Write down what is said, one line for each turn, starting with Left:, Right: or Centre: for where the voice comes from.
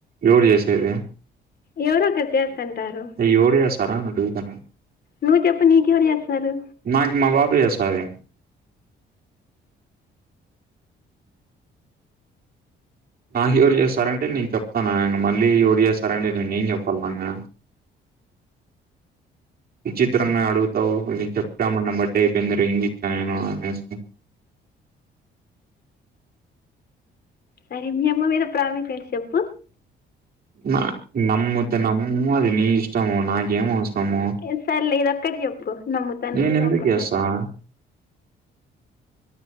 Right: ఎవరు చేసేది
Left: ఎవరో ఒకరు చేస్తాంటారు.
Right: ఎవరు చేస్తారా అని అడుగుతన్నా.
Left: నువ్వు చెప్పు నీకెవరు చేస్తారు?
Right: నాకీ మా పాప చేస్తాది. నాకు ఎవరు చేస్తారంటే నేను చెప్తాన ఇంగ మళ్ళీ ఎవరు చేస్తారంటే నేను ఏం చెప్పల్ల ఇంగ విచిత్రంగా అడుగుతావు ఇవి చెప్తా మన్న బర్డే అయిపోయింది, రింగ్ ఇచ్చా నేను అనేసి.
Left: సరే మీ అమ్మ మీద ప్రామిస్ ఏసీ చెప్పు.
Right: నా నమ్ముతే నమ్ము అది నీ ఇష్టము, నాకేమి అవసరము
Left: ఏ సర్లే ఇదొక్కటి చెప్పు నమ్ముతానో
Right: నేను
Left: లేదో
Right: ఎందుకు
Left: అప్పుడు
Right: చేస్తా
Left: చెప్త